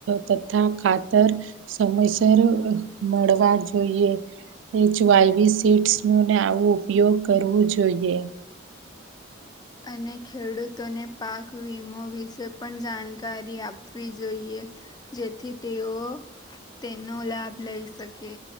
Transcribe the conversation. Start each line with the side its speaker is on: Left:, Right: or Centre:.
Right: તથા ખાતર સમયસર મળવા જોઈએ, એચ વાયવી સીટ્સ ન ને આવુ ઉપયોગ કરવો જોઈએ.
Left: અને ખેડૂતોને પાક વીમો વિશે પણ જાણકારી આપવી જોઈએ. જેથી તેઓ તેનો લાભ લઈ શકે.